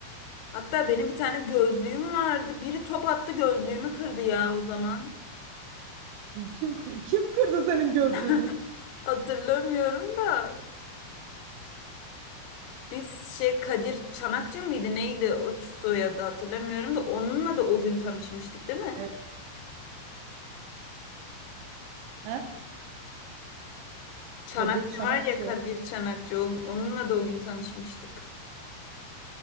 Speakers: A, on the left (about 85°); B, on the right (about 85°).
A: Hatta benim bir tane gözlüğüm vardı. Biri top attı gözlüğümü kırdı ya o zaman.
B: Kim kı- kim kırdı senin gözlüğünü?
A: <laughs> Hatırlamıyorum da. Biz şey Kadir Çanakçı mıydı neydi o soyadı hatırlamıyorum da onunla da o gün tanışmıştık değil mi?
B: Evet. Ha?
A: Çanakçı
B: Kadir Çanakçı
A: var ya Kadir
B: ya.
A: Çanakçı o- onunla da o gün tanışmıştık.